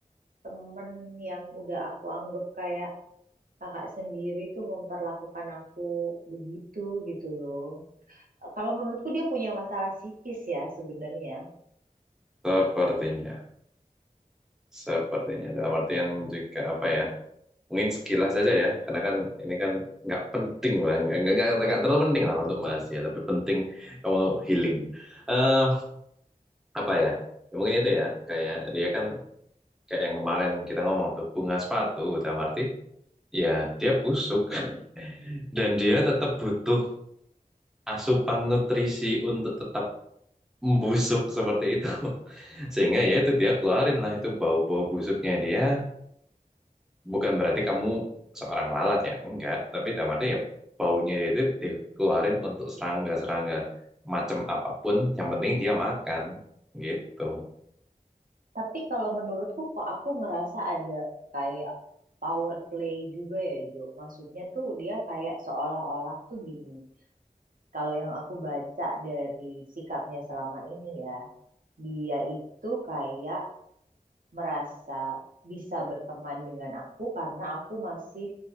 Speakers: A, on the right (about 70°); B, in the centre.
A: temen yang udah aku anggap kayak kakak sendiri tuh memperlakukan aku begitu gitu loh. Kalau menurutku dia punya masalah psikis ya sebenarnya.
B: Sepertinya. Sepertinya. Dalam artian juga apa ya? Mungkin sekilas saja ya. Karena kan ini kan nggak penting lah. Nggak, nggak, nggak, nggak terlalu penting lah untuk bahas ya. Tapi penting kamu healing. eh apa ya? Ya mungkin itu ya. Kayak dia kan kayak yang kemarin kita ngomong tuh. Bunga sepatu. Dalam arti ya dia busuk <laughs> dan dia tetap butuh asupan nutrisi untuk tetap membusuk seperti itu. <laughs> Sehingga ya itu dia keluarin lah itu bau-bau busuknya dia. Bukan berarti kamu seorang lalat ya, enggak. Tapi dalam arti ya baunya itu dikeluarin untuk serangga-serangga macam apapun. Yang penting dia makan gitu.
A: Tapi kalau menurutku kok aku ngerasa ada kayak power play juga ya Jo. Maksudnya tuh dia kayak seolah-olah tuh gini. Kalau yang aku baca dari sikapnya selama ini ya, dia itu kayak merasa bisa berteman dengan aku karena aku masih